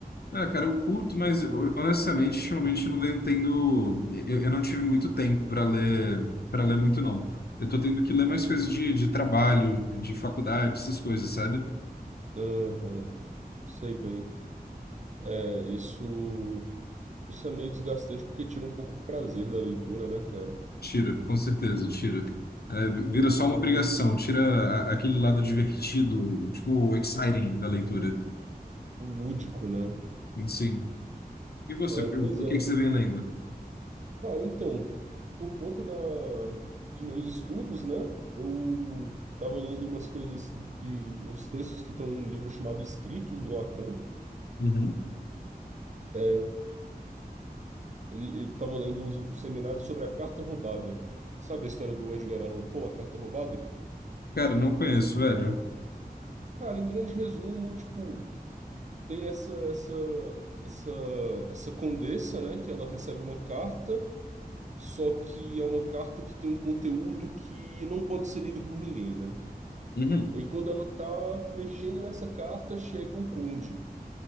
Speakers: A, on the left (about 75°); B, on the right (about 45°).
A: Ah, cara, eu curto, mas honestamente, ultimamente eu não venho tendo. Eu, eu não tive muito tempo para ler, para ler muito, não. Eu tô tendo que ler mais coisas de, de trabalho, de faculdade, essas coisas, sabe?
B: Aham, sei bem. É, isso, isso é meio desgastante porque tira um pouco o prazer da leitura, né, cara?
A: Tira, com certeza, tira. É, vira
B: Eu
A: só
B: tô
A: uma obrigação, tira a- aquele lado divertido, tipo, exciting da leitura.
B: lúdico, né?
A: Sim. E você,
B: É,
A: o,
B: pois
A: o
B: é.
A: que que você vem lendo?
B: Cara, então, por conta da, dos meus estudos, né, eu tava lendo umas coisas que, uns textos que estão num livro chamado Escritos do Lacan.
A: Uhum.
B: É, ele, ele tava lendo o, o seminário sobre a carta roubada. Sabe a história do Edgar Allan Poe, a carta roubada?
A: Cara, não conheço, velho.
B: Cara, em grande resumo, tipo, tem essa essa essa essa condessa, né, que ela recebe uma carta, só que é uma carta que tem um conteúdo que não pode ser lido por ninguém, né?
A: Uhum.
B: E quando ela tá mexendo nessa carta, chega o conde.